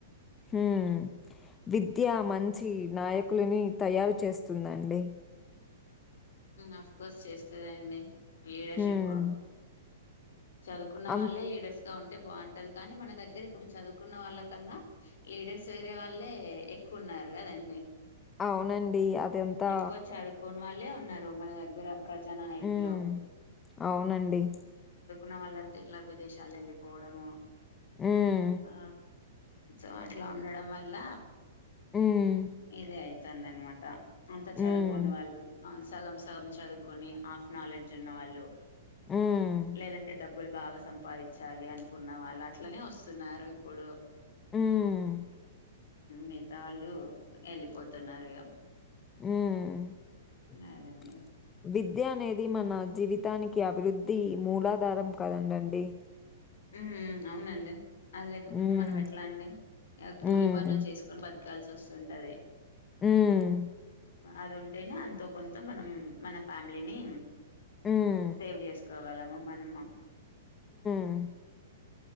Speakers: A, on the left (about 20°); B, on the left (about 65°).
A: హ్మ్ విద్య మంచి నాయకులని తయారు చేస్తుందండి
B: ఆఫ్ కోర్స్ చేస్తదండి లీడర్షిప్
A: హ్మ్.
B: చదువుకున్న
A: అం
B: వాళ్ళే లీడర్స్ ఉంటే బాగుంటది కానీ మన దగ్గర ఇప్పుడు చదువుకున్న వాళ్ళ కన్నా లీడర్స్ వేరే వాళ్ళే కున్నారు కదండి
A: అవునండి. అదంతా
B: ఎక్కువ చదువుకోని వాళ్ళే ఉన్నారు మన దగ్గర ప్రజానాయకులు
A: హ్మ్. అవునండి.
B: ఉన్న వాళ్ళంతా ఇట్లా విదేశాలకి వెళ్ళిపోవడము
A: హ్మ్.
B: ఆ సో అట్లా ఉండడం వల్ల
A: హ్మ్.
B: ఇదే అయితంది అనమాట అంత చదువుకోని
A: హ్మ్.
B: వాళ్ళు సగం సగం చదువుకొని ఆఫ్ నాలెడ్జ్ ఉన్న వాళ్ళు
A: మ్మ్
B: లేదంటే డబ్బులు బాగా సంపాదించాలి అనుకున్న వాళ్ళు అట్లనే వస్తున్నారు ఇప్పుడు
A: మ్మ్
B: మిగతా వాళ్ళు వెళ్ళిపోతున్నారు ఇగా
A: మ్మ్ వి
B: అదండి
A: విద్య అనేది మన జీవితానికి అభివృద్ధి మూలాధారం కదండండి
B: మ్మ్ మ్మ్ అవునండి అది లేకపోతే
A: హ్మ్.
B: మనం ఎట్లా అండి కూలి
A: హ్మ్.
B: పనులు చేసుకొని బతు కల్సి వస్తుంటది
A: హ్మ్.
B: అది ఉంటేనే అంతో కొంత మనం మన ఫ్యామిలీని
A: హ్మ్.
B: సేవ్ చేసు కోగలము మనము
A: ఆ